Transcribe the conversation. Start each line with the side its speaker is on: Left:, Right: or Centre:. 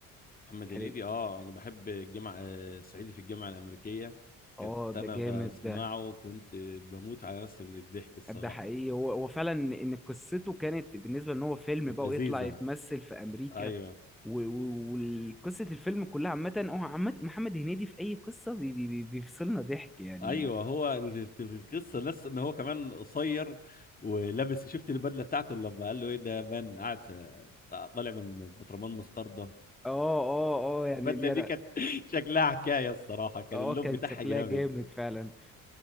Left: محمد
Centre: يعني
Left: هنيدي اه انا بحب الجامعه آه، صعيدي في الجامعه الامريكيه
Centre: اه
Left: كنت انا
Centre: ده جامد
Left: بسمعه
Centre: ده
Left: وكنت بموت على نفسي من الضحك الصراحه
Centre: ده حقيقي هو هو فعلا ان قصته كانت بالنسبة ان هو فيلم
Left: كانت
Centre: بقى
Left: لذيذه
Centre: ويطلع يتمثل في امريكا
Left: ايوه
Centre: و- و- وقصة الفيلم كلها عامة هو عامة محمد هنيدي في اي قصة بي بي بي- بيفصلنا ضحك يعني
Left: ايوه هو اللي في القصه لسه ان هو كمان قصير ولابس شفت البدله بتاعته لما قال له ايه ده مان قاعد في- طالع من بطرمان مستردة
Centre: اه اه اه يعني
Left: البدله
Centre: دي
Left: دي
Centre: أنا-
Left: كانت <laughs> شكلها حكايه الصراحه كان
Centre: اه
Left: اللون
Centre: كان
Left: بتاعها
Centre: شكلها
Left: جامد
Centre: جامد فعلا